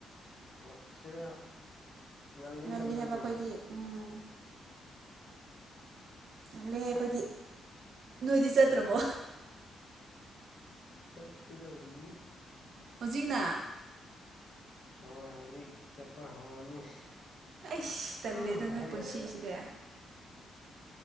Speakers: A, on the left (about 45°); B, on the right (about 70°).
A: ꯃꯁꯥ ꯉꯜꯂꯤꯅ
B: ꯉꯜꯂꯤ
A: ꯅꯣꯏꯗꯤ
B: ꯍꯥꯏꯕ ꯑꯩꯈꯣꯏꯗꯤ ꯎꯝ ꯌꯥꯂ ꯑꯩꯈꯣꯏꯗꯤ ꯅꯣꯏꯗꯤ ꯆꯠꯇ꯭ꯔꯕꯣ
A: ꯆꯠꯀꯗꯧꯔꯤ
B: ꯍꯧꯖꯤꯛꯅ
A: ꯍꯣꯏ ꯍꯧꯖꯤꯛ ꯆꯠꯄ ꯍꯧꯔꯅꯤ
B: ꯑꯩꯁ
A: ꯉꯍꯥꯛ
B: ꯇꯜꯂꯦꯗ
A: ꯉꯍꯥꯛ
B: ꯅꯣꯏ ꯄꯨꯟꯁꯤꯁꯤꯗꯤ
A: ꯂꯩꯔꯒ